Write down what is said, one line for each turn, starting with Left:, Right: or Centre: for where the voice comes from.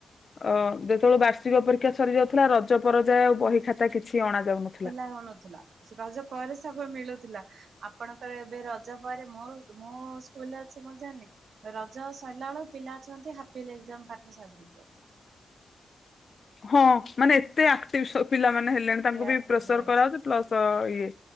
Left: ଅଁ ଯେତୋବୋଳୁ ବାର୍ଷିକ ପରୀକ୍ଷା ସରି ଯାଉଥୁଲା ରଜ ପରଯାଏଁ ଆଉ ବହି ଖାତା କିଛି ଅଣା ଯାଉନ
Right: ଖୋଲା ହୋଉନଥୁଲା ସେ ରଜ ପରେ ସବୁ ମିଳୁଥୁଲା ଆପଣଙ୍କର ଏବେ ରଜ ପରେ ମୋରୋ ମୋ ସ୍କୁଲରେ ଅଛି ମୁଁ ଜାଣିନି। ରଜ ସରିଲା ଆଳୁ ପିଲା ଅଛନ୍ତି ହାପିଏଲି ଏକ୍ସାମ୍ ପାଠ ସାରିଦେଇଚନ୍ତି।
Left: ହଁ ମାନେ ଏତେ ଆକ୍ଟିଭ ସ ପିଲାମାନେ ହେଲେଣି
Right: ଏତେ
Left: ତାଙ୍କୁ ବି
Right: ଆକ୍ଟିଭ
Left: ପ୍ରେସର
Right: ହେଇଯାଇଛନ୍ତି।
Left: କରାହୋଉଚି। ପ୍ଲସ ଇଏ